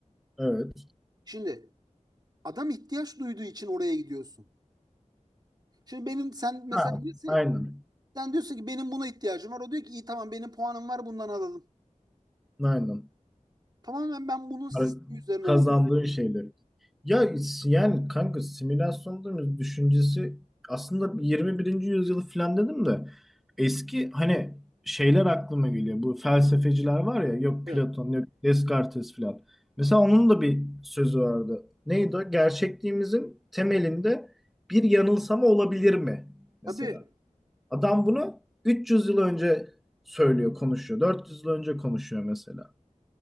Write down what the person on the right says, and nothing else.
Şimdi adam ihtiyaç duyduğu için oraya gidiyorsun. Şimdi benim sen mesela
diyorsun,
sen diyorsun ki benim buna ihtiyacım var. O diyor ki iyi tamam benim puanım var bundan alalım.
Tamamen ben bunun sistemi
üzerine
oldum.
Evet.
Tabii.